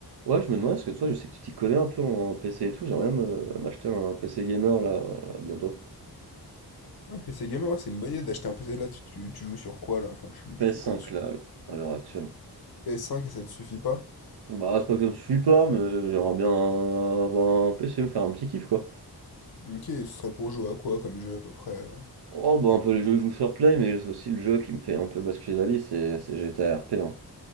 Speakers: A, on the right; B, on the left.
A: Ouais, je me demandais, parce que toi, je sais que tu t'y connais un peu en PC et tout, j'aimerais bien me- m'acheter un PC gamer là, euh, bientôt.
B: Un PC gamer, ouais, c'est une bonne idée d'acheter un PC là, tu, tu- tu joues sur quoi là? Enfin, tu,
A: ps
B: tu fais quoi
A: cinq
B: dessus?
A: là, à l'heure actuelle.
B: PS5 et ça te suffit pas?
A: Bah, c'est pas que je ne suis pas, mais j'aimerais bien avoir un PC, me faire un petit kiff quoi.
B: Ok, ce serait pour jouer à quoi comme jeu à peu près? euh
A: Oh, bah, un peu les jeux que je joue sur Play, mais c'est aussi le jeu qui me fait un peu basculer la vie, c'est c'est G T A r p Hein.